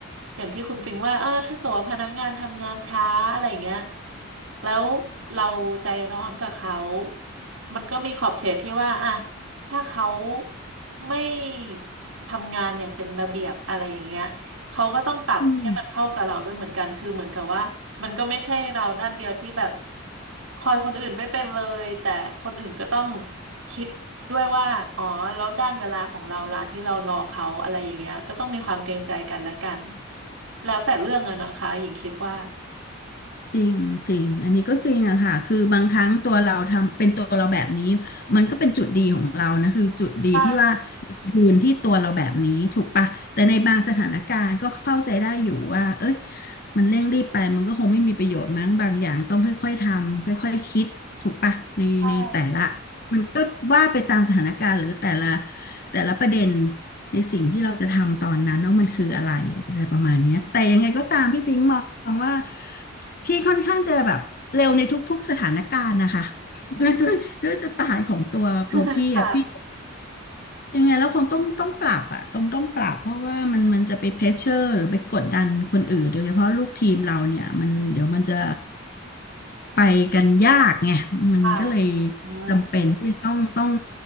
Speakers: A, on the right; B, on the left.
A: อย่างที่คุณปิงว่าเออถ้าเกิดว่าพนักงานทำงานช้าอะไรอย่างเงี้ยแล้วเราใจร้อนกับเขามันก็มีขอบเขตที่ว่าอ่ะถ้าเขาไม่ทำงานอย่างเป็นระเบียบอะไรอย่างเงี้ย เขาก็ต้องปรับให้มันเข้ากับเราด้วยเหมือนกันคือเหมือนกับว่ามันก็ไม่ใช่เราด้านเดียวที่แบบ
B: อืม
A: คอยคนอื่นไม่เป็นเลยแต่คนอื่นก็ต้องคิดด้วยว่าอ๋อแล้วด้านเวลาของเราล่ะที่เรารอเขาอะไรอย่างเงี้ยก็ต้องมีความเกรงใจกันและกันแล้วแต่เรื่องอะนะคะหญิงคิดว่า
B: จริงจริงอันนี้ก็จริงอะค่ะคือบางครั้งตัวเราทำเป็นตัวเราแบบนี้มันก็เป็นจุดดีของเรานะคือจุดดีที่ว่า
A: ใช่
B: ยืนที่ตัวเราแบบนี้ถูกปะแต่ในบางสถานการณ์ก็เข้าใจได้อยู่ว่าเอ้ยมันเร่งรีบไปมันก็คงไม่มีประโยชน์มั้งบางอย่างต้องค่อยๆทำค่อยๆคิดถูกปะในในแต่ละ
A: ใช่
B: มันก็ว่าไปตามสถานการณ์หรือแต่ละแต่ละประเด็น ในสิ่งที่เราจะทำตอนนั้นว่ามันคืออะไรอะไรประมาณเนี้ยแต่ยังไงก็ตามพี่ปิงมองว่าพี่ค่อนข้างจะแบบเร็วในทุกๆสถานการณ์นะคะ
A: อืม
B: ด้วยด้วยด้วยสไตล์ของตัวตัวพี่อะพี่
A: <laughs> ค่ะ
B: ยังไงแล้วคงต้องต้องปรับอะต้องต้องปรับเพราะว่ามันมันจะไปเพรสเชอร์หรือไปกดดันคนอื่นโดยเฉพาะลูกทีมเราเนี่ยมันเดี๋ยวมันจะไปกันยากไงมันก็เลย
A: ค่ะอืม
B: จำเป็นที่ต้องต้อง